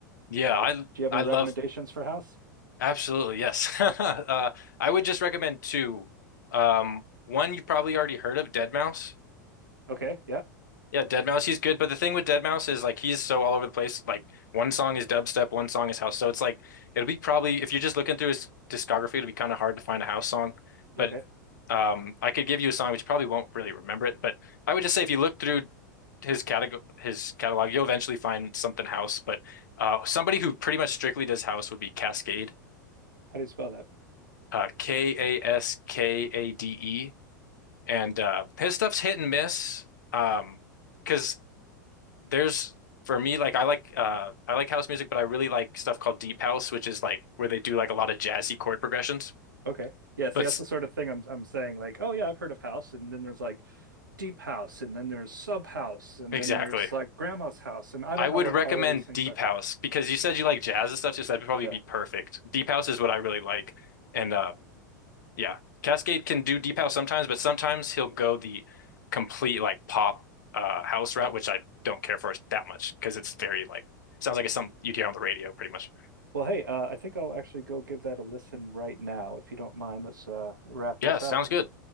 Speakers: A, on the left (about 65°); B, on the right (about 80°).
A: yeah,
B: Uh,
A: I
B: do you have
A: I
B: any recommendations
A: love
B: for house?
A: absolutely yes. <laughs> Uh, I would just recommend two. Um, one you probably already heard of, Dead Mouse.
B: Okay, yeah,
A: Yeah, Dead Mouse, he's good, but the thing with Dead Mouse is like he's so all over the place. Like one song is dubstep, one song is house. So it's like it'll be probably if you're just looking through his discography, it'll be kind of hard to find a house song.
B: okay.
A: But um I could give you a song which you probably won't really remember it, but I would just say if you look through his catalog his catalog, you'll eventually find something house. But uh somebody who pretty much strictly does house would be Cascade.
B: How do you spell that?
A: Uh K-A-S-K-A-D-E. And uh his stuff's hit and miss. Um because there's for me like I like uh I like house music, but I really like stuff called deep house, which is like where they do like a lot of jazzy chord progressions.
B: Okay, yeah. See,
A: But
B: that's
A: s-
B: the sort of thing I'm I'm saying. Like, oh yeah, I've heard of house, and then there's like deep house, and then there's sub house, and
A: exactly.
B: then there's like grandma's house, and I
A: I
B: don't
A: would
B: know what
A: recommend
B: all of these things
A: deep
B: are.
A: house because you said you like jazz and stuff, so that'd probably
B: Yeah.
A: be perfect. Deep house is what I really like. And uh yeah, Cascade can do deep house sometimes, but sometimes he'll go the complete like pop uh house route, which I don't care for that much because it's very like sounds like it's something you'd hear on the radio pretty much.
B: Well, hey, uh, I think I'll actually go give that a listen right now, if you don't mind. Let's uh, wrap this
A: Yeah, sounds
B: up.
A: good.